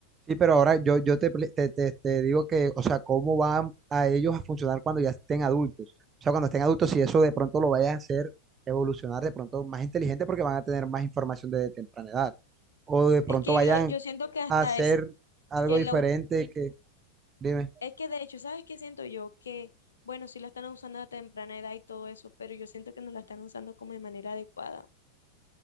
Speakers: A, on the right (about 25°); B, on the left (about 70°).
A: sí, pero ahora yo, yo te, ple- te, te- te digo que, o sea, cómo van a ellos a funcionar cuando ya estén adultos. O sea, cuando estén adultos, si eso de pronto lo vaya a hacer evolucionar de pronto más inteligente porque van a tener más información desde temprana edad. O de pronto
B: Es que
A: vayan
B: yo, yo siento que hasta
A: a hacer
B: es
A: algo
B: que
A: diferente
B: la
A: que, dime.
B: Es que de hecho, ¿sabes qué siento yo? Que, bueno, sí la están usando a temprana edad y todo eso, pero yo siento que no la están usando como de manera adecuada.